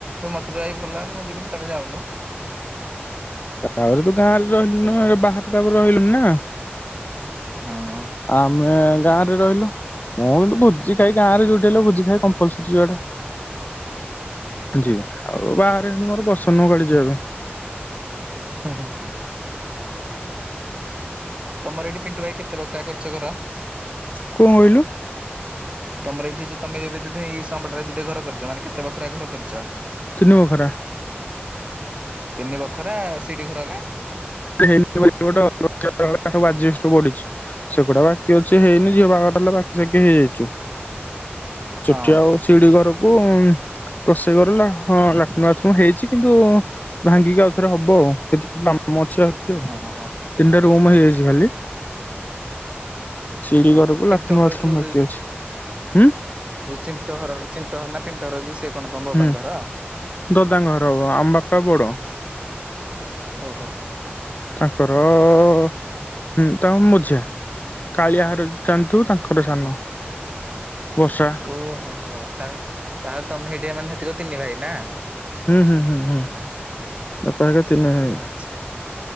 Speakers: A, on the right; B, on the left.
A: ମତେବାଇ ଭଲ ଲାଗ ମୁଁ ଯିବିନି ତମେ ଯାଉନ।
B: ତାହେଲେ ତ ଗାଁରେ ରହିଲୁନ
A: କୁହେ ନା
B: ବାରେ ତାପରେ ରହିଲୁନି ନା।
A: ହଁ।
B: ଆମେ ଗାଁରେ ରହିଲୁ। ମୁଁ କିନ୍ତୁ ଭୋଜି ଖାଇ ଗାଁ ରେ ଯୋଟେଇଲ ଭୋଜି ଖାଇ କମ୍ପଲସରୀ ଯଆଟା। ଯିବେ ଆଉ ବାହାରେମ ମୋର ବସନ କାଳି ଯବେ।
A: ହଁ ହଁ। ତମର ଏଇଠି ପିଣ୍ଟୁ ଭାଇ କେତେ ବ କ୍ରୟ କାର୍ଯ୍ୟ କର
B: କଣ କହିଲୁ?
A: ତମର ଏଇଠି ଯୋଉ ତମେ ଏବେ ଯୋଉ ଏଇଟରେ ଯୋ ଘର କରିଛ ମାନେ କେତେ ପାଖରେ ଘର କରିଛ?
B: ତନିିବଖରା।
A: ତିନି ବଖରା ସିଠି ଘର କା?
B: ହେଇ ଗୋଟେବୁଢଛି ସେଗୁଡା ବାକି ଅଛି ହେଇନି ଝିଅ ପାଖଲେ ବାକି <inaudible> ହେଇଯାଇଛୁ,
A: ହଁ
B: ସେଠି ଆଉ ସିଡି ଘରକୁ ଉଁ-ଉଁ ରୋଷେଇ ଘର ଲା ହଁ ଲାଟିନ୍ ବାଥରୁମ ହେଇଛି କିନ୍ତୁ ଭାଙ୍ଗିକି ଆଉଥରେ ହବ ଆଉ ଏତିକି କାମ। ମତ୍ ଅଛି ଆଉ ଏକକୁ
A: ଓହୋ। ହୋ
B: ତିନିଟାର ରୁମ୍ ହେଇଯାଇଛି ଖାଲି। ସିଡି
A: ଓହୋ
B: ଘରକୁ
A: ପିଣ୍ଟ
B: ଲାଟିନ୍
A: ଘର
B: ବାଥରୁମ୍
A: ଯୋଉ
B: ବାକି ଅଛି। ହୁଁ।
A: ଯୋଉ ଚିଣ୍ଟ ଘର ଚିଣ୍ଟ ଘର ନା ପିଣ୍ଟ ଘର ଯୋଉ ସେ କଣ ତମ ବବାଙ୍କ
B: ହୁଁ
A: ଘର?
B: ଦଦାଙ୍କ ଘର ହେବ, ଆମ ବାପା ବଡ।
A: ଓହୋଃ।
B: ତାଙ୍କରଅ-ଅ-ଅ ହୁଁ। <inaudible> ମଝିଆଁ କାଳିଆ ଘର ଜାଣିଥିବୁ ତାଙ୍କର ସାନ। ବର୍ଷା
A: ଓହୋଃ ହୋ-ହୋ ତାଲେ ତାହେଲେ ତମେ ହେଇଠିକା ମାନେ ହେତିକ ତିନି ଭାଇ ନା?
B: ହୁଁ-ହୁଁ-ହୁଁ-ହୁଁ ବାପ୍ ପା ଏକା ତିିନି ଭାଇ।
A: ଆଚ୍ଛା